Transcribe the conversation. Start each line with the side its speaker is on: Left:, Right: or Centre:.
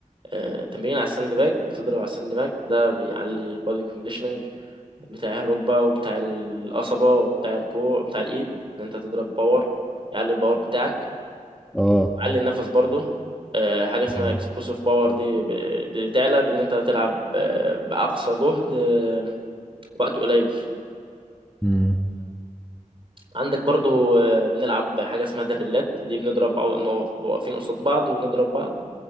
Right: آه، تمرين على الساند باج بتضرب على الساند باج ده بيعلي البادي كونديشننج بتاع الركبة وبتاع القصبة وبتاع الكوع وبتاع الإيد إن أنت تضرب باور يعلي الباور بتاعك
Centre: اه
Right: يعلي النفس برضه آه، حاجة اسمها
Centre: امم
Right: اكسبلوسيف باور دي ب- بتعلى بإن أنت تلعب آه، بأقصى جهد آه، وقت قليل
Centre: امم
Right: عندك برضو آه، بنلعب حاجة اسمها دريلات دي بنضرب بعض بنقف واقفين قصاد بعض ونضرب بعض